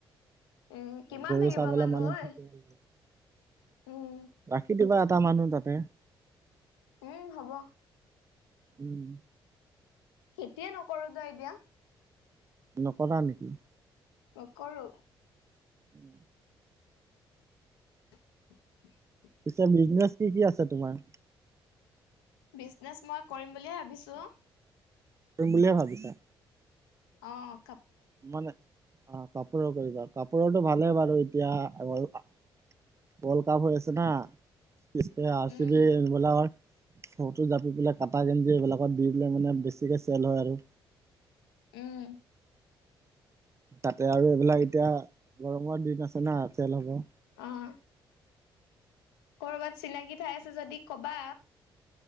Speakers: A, on the left; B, on the right.
A: উম', কিমান
B: গৰু
A: থাকিবা
B: চাবলে
A: মানুহ ঐ।
B: থাকিব লাগে
A: উম'
B: ৰাখি দিবা এটা মানুহ তাতে
A: উম', হব।
B: উম
A: খেতিয়ে নকৰোতো এতিয়া।
B: নকৰা নেকি?
A: নকৰোঁ।
B: উমঁ'।
A: <unintelligible>
B: পিছে বিজনেচ কি-কি আছে তোমাৰ?
A: বিজনেচ মই কৰিম বুলিয়ে ভাবিছো।
B: কৰিম বুলিয়ে ভাবিছা?
A: অঁ'।
B: মানে অঁ' কাপোৰৰ কৰিবা। কাপোৰৰটো ভালে বাৰু এতিয়া ৱৰ্ল্ড কাপ হৈ আছে না, <unintelligible> আৰ
A: উম
B: চি বি বিলাকৰ সৰুটো জাপি পেলাই কাটা যেনেকৈ এইবিলাকত দি দিলে মানে বেছিকে চেল হয় আৰু।
A: উমঁ।
B: তাতে আৰু এইবিলাক এতিয়া গৰমৰ দিন আছে না' চেল হ'ব।
A: অঁ। কৰ'বাত চিনাকি ঠাই আছে যদি কবা?